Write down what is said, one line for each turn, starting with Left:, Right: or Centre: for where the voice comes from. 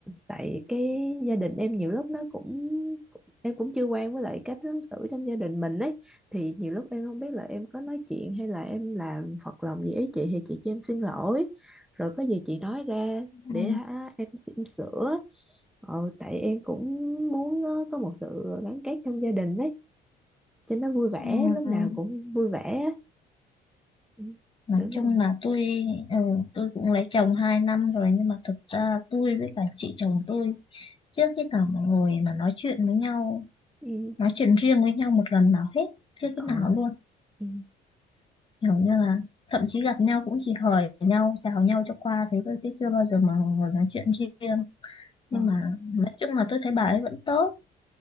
Centre: tại cái gia đình em nhiều lúc nó cũng em cũng chưa quen với lại cách ứng xử trong gia đình mình ấy thì nhiều lúc em không biết là em có nói chuyện hay là em làm phật lòng gì ấy chị thì chị cho em xin lỗi rồi có gì chị nói ra
Left: Ừ,
Centre: để hả, em, em sửa Ờ, tại em cũng muốn ờ, có một sự gắn kết trong gia đình ấy cho nó vui vẻ
Left: ừ,
Centre: lúc nào cũng vui vẻ á. Ừ,
Left: nói
Centre: tưởng
Left: chung
Centre: đâu
Left: là tôi ừ, tôi cũng lấy chồng 2 năm rồi nhưng mà thực ra tôi với cả chị chồng tôi Chưa khi nào mà ngồi mà nói chuyện với nhau,
Centre: ừ,
Left: nói chuyện riêng với nhau một lần nào hết. Chưa
Centre: ờ,
Left: khi nào luôn.
Centre: ừ,
Left: Kiểu như là thậm chí gặp nhau cũng chỉ hỏi nhau, chào nhau cho qua thế thôi chứ chưa bao giờ mà ngồi nói chuyện riêng. Nhưng
Centre: ờ,
Left: mà nói chung là tôi thấy bà ấy vẫn tốt,